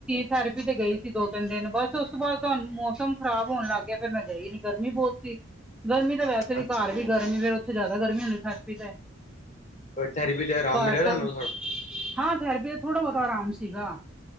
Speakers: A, in the centre; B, on the left.
A: ਥੈਰਪੀ ਤੇ ਗਈ ਸੀ ਦੋ -ਤਿੰਨ ਦਿਨ, ਬਸ ਉਸ ਤੋਂ ਬਾਅਦ ਤੁਹਾਨੂੰ ਮੌਸਮ ਖਰਾਬ ਹੋਣ ਲੱਗ ਗਿਆ ਫਿਰ ਮੈਂ ਗਈ ਨੀ ਗਰਮੀ ਬਹੁਤ ਸੀ। ਗਰਮੀ ਤਾਂ ਵੈਸੇ ਵੀ
B: ਅੱਛਾ
A: ਘਰ ਵੀ ਗਰਮੀ, ਫਿਰ ਉੱਥੇ ਜ਼ਿਆਦਾ ਗਰਮੀ ਹੁੰਦੀ ਥੈਰੇਪੀ ਤੇ।
B: ਥੈਰੇਪੀ ਤੇ ਆਰਾਮ
A: ਘਰ
B: ਮਿਲਿਆ ਤੁਹਾਨੂੰ
A: ਤਾਂ,
B: ਥੋੜਾ?
A: ਹਾਂ ਥੈਰੇਪੀ ਦਾ ਥੋੜ੍ਹਾ ਬਹੁਤਾ ਆਰਾਮ ਸੀਗਾ।